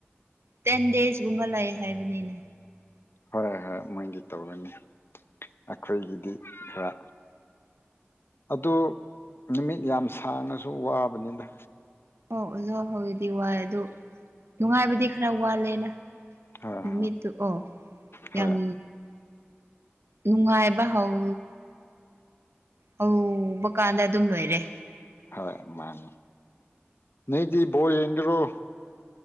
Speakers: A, on the right; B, on the left.
A: ꯇꯦꯟ ꯗꯦꯖꯀꯨꯝꯕ ꯂꯩ ꯍꯥꯏꯕꯅꯤꯅꯦ
B: ꯍꯣꯏꯣꯏ ꯍꯣꯏ ꯃꯣꯏꯗꯤ ꯇꯧꯔꯅꯤ ꯑꯩꯈꯣꯏꯒꯤꯗꯤ ꯈꯔ ꯑꯗꯨ ꯅꯨꯃꯤꯠ ꯌꯥꯝ ꯁꯥꯡꯉꯁꯨ ꯋꯥꯕꯅꯤꯗ
A: ꯑꯣ ꯑꯣꯖꯥ ꯍꯧꯖꯤꯗꯤ ꯋꯥꯏꯦ ꯑꯗꯨ ꯅꯨꯡꯉꯥꯏꯕꯗꯤ ꯈꯔ ꯋꯥꯠꯂꯦꯅ
B: ꯍꯣꯏ
A: ꯅꯨꯃꯤ
B: ꯍꯣꯏ
A: ꯑꯣ
B: ꯍꯣꯏ
A: ꯌꯥꯝ ꯅꯨꯡꯉꯥꯏꯕ ꯍꯧ ꯍꯧꯕ ꯀꯥꯟꯗ ꯑꯗꯨꯝ ꯂꯣꯏꯔꯦ
B: ꯍ ꯃꯥꯅꯤ ꯅꯗꯤ ꯣ ꯏꯡꯒꯔꯣ